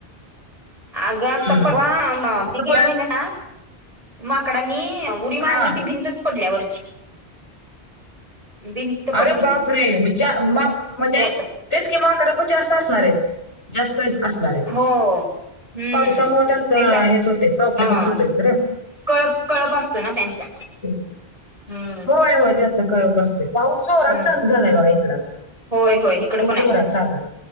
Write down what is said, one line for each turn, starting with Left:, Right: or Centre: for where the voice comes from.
Right: आगं आता
Left: हम्म.
Right: परवा हा ती गेल्या
Left: पण
Right: महिन्यात ना. माकडांनी उडी मारली
Left: हां
Right: ती भिंतच पडल्या वरची भिंत
Left: अरे
Right: पडली
Left: बापरे! च्या माप म्हणजे
Right: हो
Left: तेच की माकड पण जास्त असणार आहे जास्त असणार आहे ते,
Right: हो हम्म
Left: पावसामूळ त्यांचं
Right: त्यांचा
Left: हेच होत प्रॉब्लेमच
Right: अ
Left: होतोय खर.
Right: कळप, कळप असतो ना त्यांचा.
Left: तेच की.
Right: हम्म
Left: होय, होय त्यांचा कळप असतोय, पाऊस जोरात
Right: हम्म
Left: चालू झालाय बघा इकड आता.
Right: होय, होय हीकड
Left: खूप
Right: पण
Left: जोरात
Right: आहे.
Left: चालू आहे